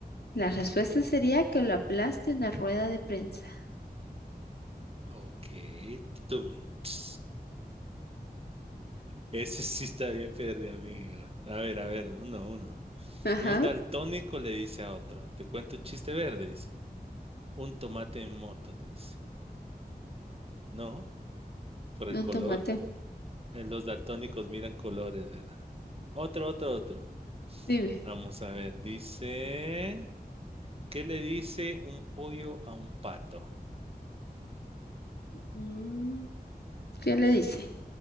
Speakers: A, on the left; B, on the right.
A: La respuesta sería que lo aplaste una rueda de prensa.
B: Ok. tun, ts. Ese sí está bien perdido, amigo. A ver, a ver, uno, uno.
A: Ajá,
B: Un daltónico le dice a otro, te cuento un chiste verde, dice. Un tomate en moto, le dice. No, por el
A: un
B: color.
A: tomate.
B: Eh, Los daltónicos miran colores, ¿verdad? Otro, otro, otro.
A: Dime.
B: Vamos a ver, dice. ¿Qué le dice un pollo a un pato?
A: Mm, ¿qué le dice?